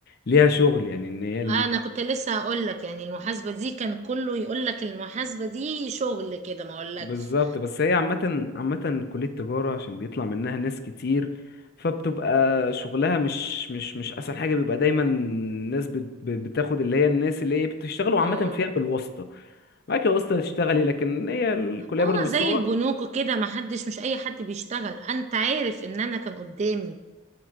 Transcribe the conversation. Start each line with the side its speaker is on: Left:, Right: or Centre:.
Left: ليها شغل يعني ان هي
Right: انا كنت لسه هقول لك يعني المحاسبة دي كان كله يقول لك المحاسبة دي شغل كده ما اقولكش
Left: بالظبط بس هي عامة عامة كلية تجارة عشان بيطلع منها ناس كتير فبتبقى شغلها مش مش مش أسهل حاجة بيبقى دايما الناس بت بت- بتاخد اللي هي الناس اللي هي بتشتغلوا
Right: اه
Left: عامة فيها بالواسطة معاك الواسطة تشتغلي لكن هي الكلية
Right: اه
Left: برضه بس
Right: زي
Left: هو
Right: البنوك كده ما حدش مش اي حد بيشتغل انت عارف ان انا كان قدامي